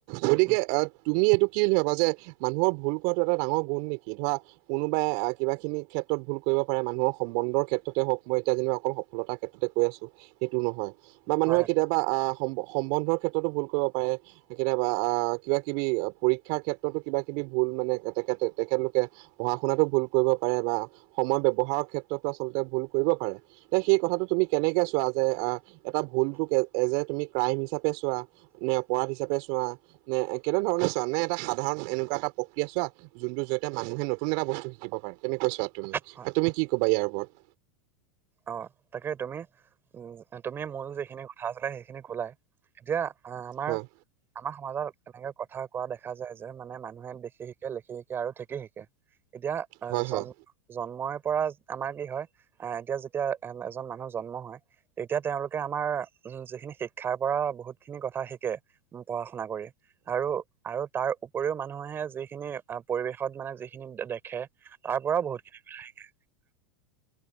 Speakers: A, on the right; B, on the right.
A: গতিকে
B: উম উম
A: আহ- তুমি এইটো কি বুলি ভাবা যে মানুহৰ ভুল কটো এটা ডাঙৰ গুণ নেকি ধৰা কোনো বা কিবাখিনি ক্ষেত্ৰত ভুল কৰিব পাৰে মানুহৰ সম্বন্ধৰ ক্ষেত্ৰতে হওক মই এতিয়া যেনিবা অকল সফলতাৰ ক্ষেত্ৰতে কৈ আছোঁ। সেইটো নহয়, বা মানুহে
B: হয় হয়
A: কেতিয়াবা আঁহ সম-সম্বন্ধৰ ক্ষেত্ৰতো ভুল কৰিব পাৰে। কেতিয়াবা আঁহ কিবা-কিবি পৰীক্ষাৰ ক্ষেত্ৰতো কিবা-কিবি ভুল মানে তেখেত তেখেতলোকে পঢ়া শুনাতো ভুল কৰিব পাৰে বা সময় ব্যৱহাৰৰ ক্ষেত্ৰতো আচলতে ভুল কৰিব পাৰে। তে সেই কথাটো তুমি কেনেকে চোৱা যে এটা ভুলটোক এজ এ তুমি ক্ৰাইম হিচাপে চোৱা। নে অপৰাধ হিচাপে চোৱা। নে কেনেধৰণে চোৱা নে এটা সাধাৰণ এনেকুৱা এটা প্ৰক্ৰিয়া চোৱা যোনটো জৰিয়তে মানুহে ন- তেন এটা বস্তু শিকিব পাৰেনে, কৈ ছোৱা তুমি
B: হয়
A: আৰু তুমি কি কবা ইয়াৰ ওপৰত?
B: অ', তাকে তুমি উম তুমি মোৰ যিখিনি কথা আছিলে সেইখিনি কলাই এতিয়া আহঁ আমাৰ
A: হয়
B: আমাৰ সমাজত এনেকে কথা কোৱা দেখা যায় যে মানে মানুহে দেখি শিকে, লিখি শিকে আৰু ঠিকেই শিকে। এতিয়া আহ',
A: হয়
B: জন্ম
A: হয়
B: জন্মই পৰা আমাৰ কি হয় আহ এতিয়া এতিয়া এ' এজন মানুহ জন্ম হয়। তেতিয়া তেওঁলোকে আমাৰ উম যিখিনি শিক্ষাৰ পৰা বহুত খিনি কথা শিকে উম পঢ়া-শুনা কৰি। আৰু, আৰু তাৰ উপৰিও মানুহে যিখিনি পৰিৱেশত মানে যিখিনি দেখে- তাৰ পৰাও বহুত খিনি শিকে।